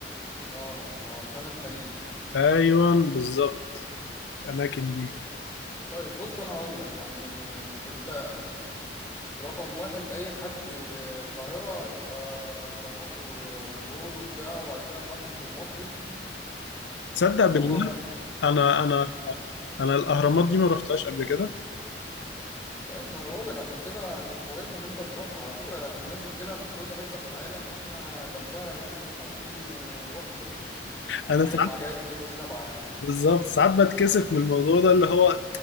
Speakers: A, on the left; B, on the left.
A: آه آه خان الخليلي
B: ايوه بالظبط الاماكن دي
A: طيب بص أنا هقول لك يعني أنت رقم واحد أي حد آه، القاهرة يبقى أهرامات وأبو الهول وبتاع وبعد كده المتحف المصري
B: تصدق
A: اللي
B: بالله
A: هو في...
B: انا انا
A: مم.
B: انا الاهرامات دي ما رحتهاش قبل كده
A: طيب ما أنا بقول لك عشان كده يعني مهم إن أنت تروح على فكرة يعني الناس بتجيلها من كل حتة في العالم وإحنا جنبها هنا مش عارفين آه، نروح نشوفها يعني
B: انا
A: حاجة
B: ساعات
A: من عجائب الدنيا السبعة يعني
B: بالظبط ساعات بتكسف من الموضوع ده اللي هو